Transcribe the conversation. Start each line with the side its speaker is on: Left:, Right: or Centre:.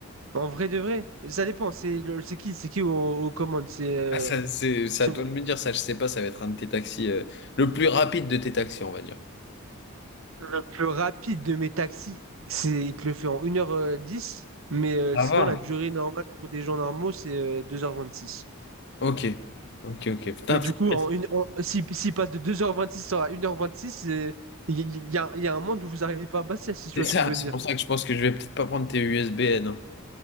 Right: en vrai de vrai. Ça dépend. C'est le- c'est qui, c'est qui aux, aux commandes? C'est euh,
Left: Ah, ça, c'est c'est
Right: c'est
Left: à toi de me dire ça. Je sais pas, ça va être un de tes taxis, euh, le plus rapide de tes taxis, on va dire.
Right: le plus rapide de mes taxis. C'est, il te le fait en une heure euh, dix. Mais euh,
Left: Ça
Right: sinon,
Left: va.
Right: la durée normale pour des gens normaux, c'est euh, deux heures vingt-six.
Left: Ok. Ok, ok. Putain,
Right: Mais
Left: très
Right: du coup,
Left: précis.
Right: en une, en- si- s'il passe de deux heures vingt-six à 1h26, c'est- il y, il y a, il y a un monde où vous n'arrivez pas à Bastia, si tu
Left: C'est
Right: vois
Left: ça,
Right: ce que je veux
Left: c'est
Right: dire.
Left: pour ça que je pense que je vais peut-être pas prendre tes USBN.